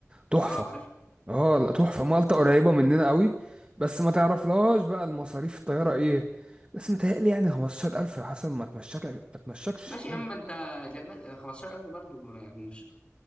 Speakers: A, on the right; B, on the left.
A: تحفه
B: اه عارف
A: اه لا تحفه
B: اه
A: مالطا قريبه مننا قوي بس ما تعرفلهاش بقى المصاريف الطياره ايه بس متهيألي يعني 15000 يا حسن ما تمشك ما تمشكش
B: ماشي
A: خالص
B: اما انت لما 15000 برضو يعني مش